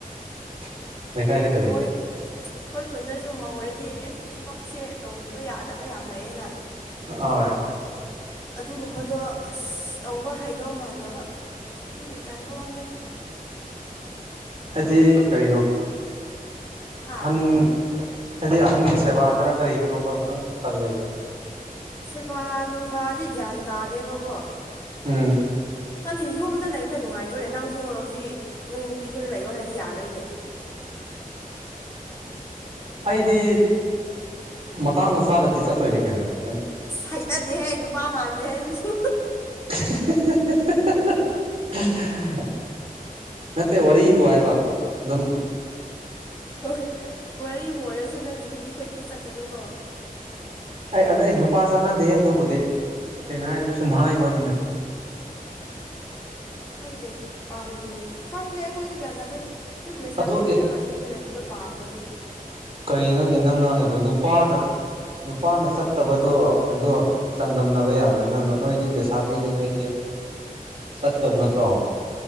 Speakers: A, on the right; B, on the left.
A: <inaudible> ꯀꯔꯤ
B: ꯃꯣꯏ ꯑꯩꯈꯣꯏ ꯀꯨꯟꯗꯁꯨ ꯃꯧ ꯑꯣꯏꯔꯗꯤ ꯊꯕꯛꯁꯦ ꯇꯧꯗꯕ ꯌꯥꯗꯕ ꯌꯥꯝ ꯂꯩꯌꯦꯅ
A: ꯑ
B: ꯑꯗꯨꯒꯨꯝꯕꯗꯣ ꯑꯁ ꯇꯧꯕ ꯍꯩꯗꯧ ꯃꯥꯟꯗꯕ ꯑꯗꯨꯒꯤ ꯇꯟꯥꯕ ꯋꯥꯅꯤꯗ
A: ꯍꯥꯏꯗꯤ ꯀꯩꯅꯣ
B: ꯍꯥ
A: ꯑꯍꯟ ꯍꯥꯏꯗꯤ ꯑꯍꯟꯒꯤ ꯁꯦꯕꯥꯗꯔ ꯀꯔꯤꯗꯅꯣꯕ ꯅꯪ ꯇꯜꯂꯤꯖꯦ
B: ꯁꯦꯕꯥ ꯅꯨꯡꯕꯥꯗꯤ ꯒ꯭ꯌꯥꯟ ꯇꯥꯗꯦꯕꯀꯣ
A: ꯎꯝ
B: ꯈꯪꯗꯤ ꯌꯨꯝꯗ ꯂꯩꯕꯅ ꯅꯨꯡꯉꯥꯏꯇ꯭ꯔꯅꯦꯀ ꯅꯪꯁꯨ ꯍꯧꯖꯤꯛ ꯅꯣꯏ ꯅꯨꯄꯤ ꯈꯣꯏꯗ ꯂꯩꯌꯣ ꯍꯥꯏꯔꯗꯤ ꯌꯥꯔꯣꯏꯅꯦ
A: ꯑꯩꯗꯤ ꯃꯇꯥꯡꯅ ꯆꯥꯗꯗꯤ ꯆꯠꯇꯣꯏꯅꯤ ꯀꯩꯅꯣꯅꯦ
B: ꯍꯩꯅꯗꯦꯍꯦ ꯅꯨꯄꯥ ꯃꯥꯟꯗꯦ ꯍꯦ ꯑꯗꯨꯁꯨ
A: <inaudible> ꯅꯠꯇꯦ ꯋꯥꯔꯤꯕꯨ ꯍꯥꯏꯕ ꯑꯗꯨꯝ
B: ꯍꯣꯏ ꯋꯥꯔꯤꯕꯨ ꯑꯣꯏꯔꯁꯨ ꯅꯪꯒꯤ ꯅꯨꯄꯤ ꯈꯣꯏꯗꯤ ꯆꯠꯀꯅꯨꯀꯣ
A: ꯑꯩ ꯑꯗꯨ ꯑꯩ ꯅꯨꯄꯥ ꯆꯠꯅꯗꯦ ꯑꯗꯨꯕꯨꯗꯤ
B: ꯍꯣꯏ
A: ꯁꯦꯡꯅ ꯍꯥꯏꯔꯗꯤ ꯁꯨꯝ ꯍꯥꯏꯕꯣꯟꯅꯦ
B: ꯈꯪꯗꯦ ꯄꯥꯝ ꯈꯪꯗꯦ ꯑꯩꯈꯣꯏꯁꯨ ꯒ꯭ꯌꯥꯟ ꯇꯥꯗꯦ ꯑꯗꯨꯝ ꯂꯩꯁꯥꯕꯤ
A: ꯑꯗꯣ
B: ꯑꯣꯏꯔꯒ
A: ꯑꯦ
B: ꯌꯨꯝꯗ ꯂꯩꯕꯗꯣ ꯄꯥꯝꯕꯗꯣ
A: ꯀꯔꯤꯅꯣ ꯅꯪ ꯉꯥꯡꯉꯤꯗꯣ ꯅꯨꯄꯥꯅ ꯅꯨꯄꯥꯅ ꯆꯠꯇꯕꯗꯣ ꯑꯗꯣ ꯆꯥꯡꯗꯝꯅꯕ ꯌꯥꯕ꯭ꯔ ꯅꯪ ꯅꯣꯏꯗꯤ ꯂꯩꯁꯥꯕꯤꯅꯤ ꯅꯣꯏꯗꯤ ꯆꯠꯇꯧꯕ ꯅꯠꯇ꯭ꯔꯣ